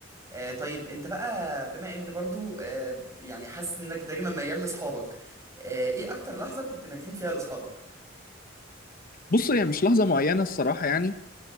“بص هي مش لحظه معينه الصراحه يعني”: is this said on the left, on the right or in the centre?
Left